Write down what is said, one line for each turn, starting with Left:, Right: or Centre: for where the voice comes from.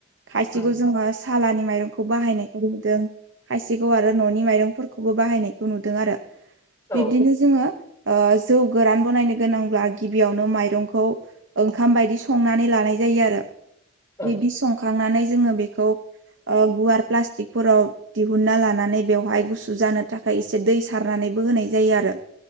Right: खायसेखौ
Left: औ
Right: जोङो सालानि माइरंखौ बाहायनाय नुदों खायसेखौ आरो न'नि माइरंफोरखौबो बाहायनायखौ नुदों आरो
Left: औ
Right: बिब्दिनो जोङो जौ गोरान बनायनो गोनांब्ला गिबियावनो माइरंखौ ओंखाम बायदि संनानै लानाय जायो आरो
Left: उम
Right: बिब्दि संखांनानै जोङो बेखौ गुवार प्लास्टिकफोराव दिहुनन्ना लानानै बेवहाय गुसु जानो थाखाय एसे दै सारनानैबो होनाय जायो आरो